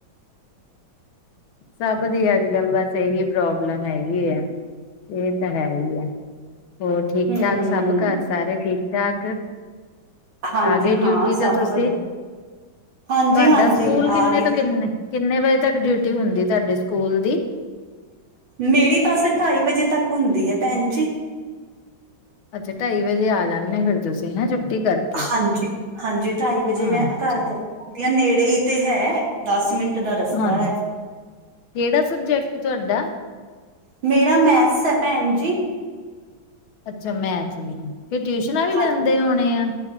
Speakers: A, on the left (about 80°); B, on the right (about 70°).
A: ਸਭ ਦੀ, ਅੱਜ -ਕੱਲ ਬਸ ਇਹੀ ਪ੍ਰੋਬਲਮ ਹੈਗੀ ਆ, ਇਹ ਤਾਂ ਹੈ ਹੀ ਆ ਹੋਰ, ਠੀਕ
B: ਹੂੰ।
A: -ਠਾਕ ਸਭ ਘਰ ਸਾਰੇ ਠੀਕ- ਠਾਕ?
B: ਹਾਂਜੀ
A: ਆ ਗਏ, ਡਿਊਟੀ
B: ਹਾਂ
A: ਤੋਂ
B: ਸਭ
A: ਤੁਸੀਂ?
B: ਵਧੀਆ ਹਾਂਜੀ-ਹਾਂਜੀ
A: ਤੁਹਾਡਾ ਸਕੂਲ,
B: ਆ
A: ਕਿੰਨੇ
B: ਗਈ।
A: ਤੋਂ ਕਿੰਨੇ- ਕਿੰਨੇ ਵਜੇ ਤੱਕ ਡਿਊਟੀ ਹੁੰਦੀ ਤੁਹਾਡੇ ਸਕੂਲ ਦੀ?
B: ਮੇਰੀ ਬੱਸ ਢਾਈ ਵਜੇ ਤੱਕ, ਹੁੰਦੀ ਹੈ ਭੈਣ ਜੀ।
A: ਅੱਛਾ, ਢਾਈ ਵਜੇ ਆ ਜਾਂਦੇ, ਫ਼ਿਰ ਤੁਸੀਂ ਛੁੱਟੀ ਕਰਕੇ
B: ਹਾਂਜੀ- ਹਾਂਜੀ ਢਾਈ ਵਜੇ
A: ਅੱਛਾ
B: ਮੈਂ ਘਰ ਪਹੁੰਚਦੀ ਹਾਂ, ਨੇੜੇ ਹੀ ਤੇ ਹੈ ਦਸ ਮਿੰਟ, ਦਾ ਰਸਤਾ
A: ਹਾਂਜੀ
B: ਏ
A: ਕਿਹੜਾ ਸਬਜੈਕਟ ਤੁਹਾਡਾ?
B: ਮੇਰਾ ਮੈਥਸ, ਹੈ ਭੈਣ ਜੀ।
A: ਅੱਛਾ ਮੈਂਥ ਵੀ, ਫਿਰ ਟਿਊਸ਼ਨਾਂ ਵੀ ਲੈਂਦੇ
B: ਹਾਂ
A: ਹੋਣੇ ਆ